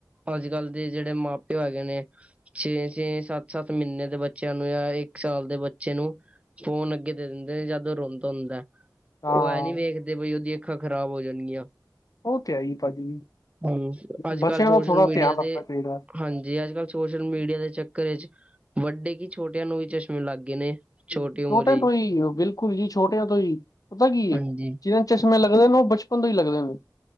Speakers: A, on the right; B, on the left.
A: ਅੱਜ ਕੱਲ੍ਹ ਦੇ ਜਿਹੜੇ ਮਾ ਪਿਓ ਹੈਗੇ ਨੇ। ਛੇ ਛੇ ਸੱਤ ਸੱਤ ਮਹੀਨੇ ਦੇ ਬੱਚਿਆਂ ਨੂੰ ਜਾਂ ਇੱਕ ਸਾਲ ਦੇ ਬੱਚੇ ਨੂੰ। ਫੋਨ ਅੱਗੇ ਦੇ ਦਿੰਦੇ ਨੇ ਜਦ ਉਹ ਰੋਂਦਾ ਹੁੰਦਾ ਹੈ।
B: ਹਾਂ
A: ਉਹ ਐਂ ਨੀ ਵੇਖਦੇ ਬਈ ਉਹਦੀਆਂ ਅੱਖਾਂ ਖ਼ਰਾਬ ਹੋ ਜਾਣਗੀਆਂ।
B: ਉਹ ਤੇ ਹੈ, ਹੀ ਭਾਜੀ
A: ਹਾਂ ਅੱਜ
B: ਬੱਚਿਆਂ
A: ਕੱਲ੍ਹ ਸੋਸ਼ਲ
B: ਦਾ ਥੋੜਾ
A: ਮੀਡੀਆ
B: ਧਿਆਨ ਰੱਖਣਾ
A: ਤੇ।
B: ਚਾਹੀਦਾ
A: ਹਾਂਜੀ ਅੱਜ ਕੱਲ੍ਹ ਸੋਸ਼ਲ ਮੀਡੀਆ ਦੇ ਚੱਕਰ ਵਿੱਚ ਵੱਡੇ ਕਿ ਛੋਟਿਆਂ ਨੂੰ ਵੀ ਚਸ਼ਮੇ ਲੱਗ ਗਏ ਨੇ। ਛੋਟੀ
B: ਛੋਟਿਆਂ
A: ਉਮਰੇ
B: ਤੋਂ ਹੀ ਬਿਲਕੁਲ ਜੀ ਛੋਟਿਆਂ ਤੋਂ ਹੀ ਪਤਾ ਕੀ ਹੈ
A: ਹਾਂਜੀ
B: ਜਿਦੇ। ਚਸ਼ਮੇ ਲਗਦੇ ਨੇ ਉਹਨੂੰ ਬਚਪਨ ਤੋਂ ਹੀ ਲੱਗਦੇ ਨੇ।